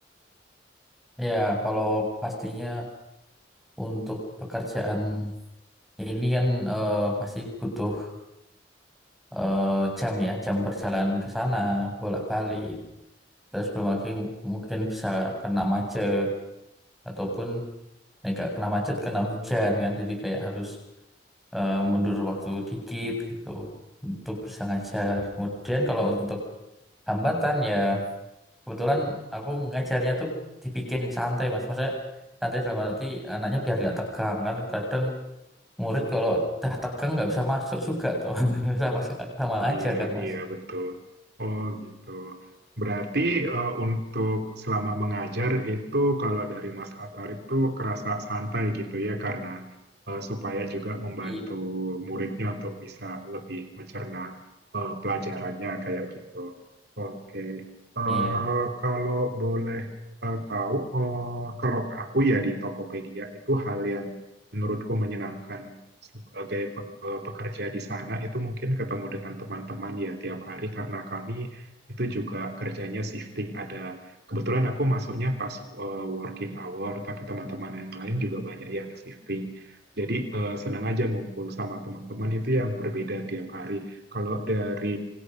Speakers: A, in the centre; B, on the right (about 65°).
A: Ya, kalau pastinya untuk pekerjaan ini kan eh, pasti butuh eh, jam ya, jam perjalanan ke sana, bolak-balik. Terus belum lagi m- mungkin bisa kena macet ataupun kayak nggak kena macet kena hujan kan jadi kayak harus eh, mundur waktu dikit gitu untuk bisa ngajar kemudian kalau untuk hambatan ya kebetulan aku ngajarnya tuh dibikin santai mas maksudnya santai dalam arti anaknya biar nggak tegang kan kadang murid kalau dah tegang nggak bisa masuk juga tuh <laughs> sama sama aja
B: Iya,
A: kan mas
B: iya betul. Oh gitu. Berarti eh, untuk selama mengajar itu kalau dari Mas Atarik tuh kerasa santai gitu ya karena eh, supaya juga membantu
A: Iya.
B: muridnya untuk bisa lebih mencerna eh, pelajarannya kayak gitu. Oke. Eh,
A: Iya.
B: kalau boleh eh, tahu, eh, kalau aku ya di Tokopedia itu hal yang menurutku menyenangkan sebagai pe- eh, pekerja di sana itu mungkin ketemu dengan teman-teman ya tiap hari karena kami itu juga kerjanya shifting ada kebetulan aku masuknya pas eh, working hour tapi teman-teman yang lain juga banyak yang shifting jadi eh, senang aja ngumpul sama teman-teman itu yang berbeda tiap hari kalau dari